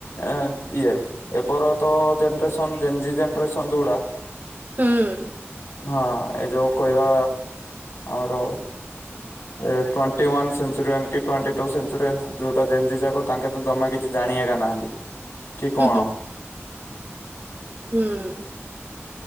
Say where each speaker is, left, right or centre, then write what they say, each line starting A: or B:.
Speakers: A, on the left; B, on the right.
A: ଏଁ ଇଏ ଏବେର ତ ଜେନେରେସନ ଜେନ୍ଜି ଜେନେରେସନ ଯୋଉଡା।
B: ହୁଁ।
A: ହଁ ଏ ଯୋଉ କହିବା ଆମର। ଏ ଟ୍ୱଣ୍ଟି ୱାନ୍ ସେଞ୍ଚୁରିଆନ୍ କି ଟ୍ୱଣ୍ଟି ଟୁ ସେଞ୍ଚୁରିଆନ ଯୋଉଟା ଜେନଞ୍ଜି ଯାକ ତାଙ୍କେ ଜମା କିଛି ଜାଣିବା କା ନାହାନ୍ତି। କି କଣ
B: ହୁଁ ହୁଁ ହୁଁ।